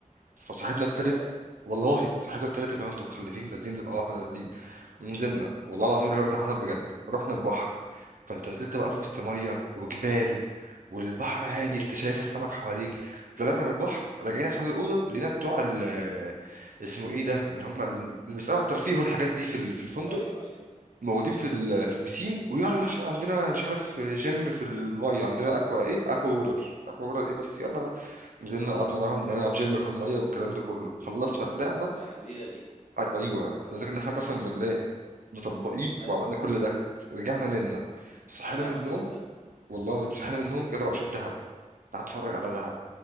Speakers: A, on the right; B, on the left.
A: فصاحبنا التالت
B: معقوله
A: والله صاحبنا التالت اللي هو انتوا متخلفين نازلين دل- اه احنا نازلين ونزلنا والله العظيم الحوار ده حصل بجد رحنا البحر فانت نزلت بقى
B: حلو
A: في وسط
B: جدا
A: ميه وجبال والبحر هادي
B: حلو
A: انت
B: جدا
A: شايف السمك حواليك طلعنا من البحر راجعين عشان الاوضه لقينا بتوع ال اسمه ايه ده اللي هم اللي بيسالوا على الترفيه والحاجات دي في ال- في الفندق
B: ايوه ايوه
A: موجودين في ال- في البسين ويلا عشان عندنا مش عارف جيم في الميه عندنا اكوا ايه اكوا وورر اكوا وورر ايه بس يلا نزلنا قعدنا معاهم نلعب جيم في المية والكلام ده كله خلصنا طلعنا
B: ده حاجه جديده دي
A: أي- أيوة احنا ذاكر إن احنا قسم بالله مطبقين
B: ايوه
A: وعملنا كل ده رجعنا نمنا صحينا
B: لا
A: من
B: والله
A: النوم
B: معقوله
A: والله العظيم صحينا من النوم يلا بقى شوف دهب تعال اتفرج على دهب